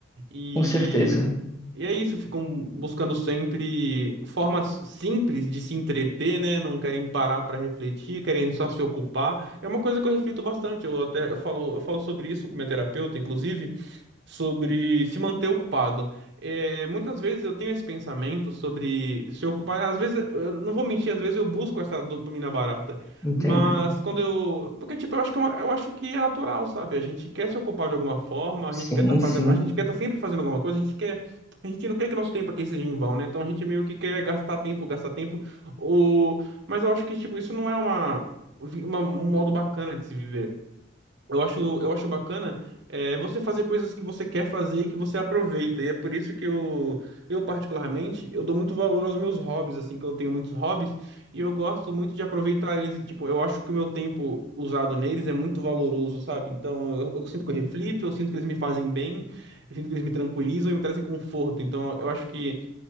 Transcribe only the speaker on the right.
E,
e é isso, ficam buscando sempre formas simples de se entreter, né? Não querem parar para refletir, querem só se ocupar. É uma coisa que eu reflito bastante. Eu até eu falo, eu falo sobre isso com minha terapeuta, inclusive sobre se manter ocupado. É, muitas vezes eu tenho esse pensamento sobre se ocupar. Às vezes, eu não vou mentir, às vezes eu busco essa dopamina barata.
Mas quando eu. Porque, tipo, eu acho que é, uma- eu acho que é natural, sabe? A gente quer se ocupar de alguma forma,
a gente quer estar fazendo.
A gente quer estar sempre fazendo alguma coisa, a gente quer. A gente não quer que nosso tempo aqui seja em vão, né? Então a gente meio que quer gastar tempo, gastar tempo. Ou... Mas eu acho que, tipo, isso não é uma, uma- um modo bacana de se viver. Eu acho, eu acho bacana é, você fazer coisas que você quer fazer e que você aproveita. E é por isso que eu, eu particularmente, eu dou muito valor aos meus hobbies, assim, que eu tenho muitos hobbies, e eu gosto muito de aproveitar eles. e, Tipo, eu acho que o meu tempo usado neles é muito valoroso, sabe? Então, eu, eu sinto que eu reflito, eu sinto que eles me fazem bem, eu sinto que eles me tranquilizam e me trazem conforto. Então, eu acho que